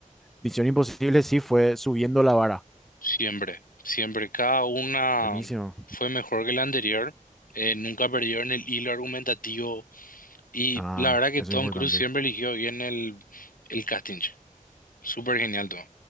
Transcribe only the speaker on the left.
siempre, siempre, cada una
fue mejor que la anterior, eh, nunca perdió en el hilo argumentativo y
la verdad que
Tom
Cruise siempre eligió bien el, el casting, súper genial todo,